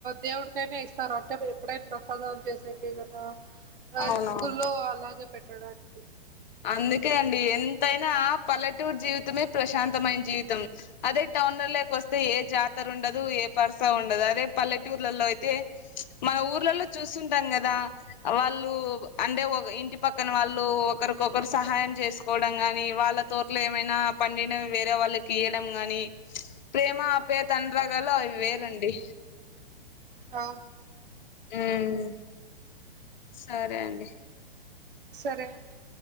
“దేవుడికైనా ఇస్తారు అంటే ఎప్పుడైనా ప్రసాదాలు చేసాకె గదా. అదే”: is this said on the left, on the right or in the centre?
Right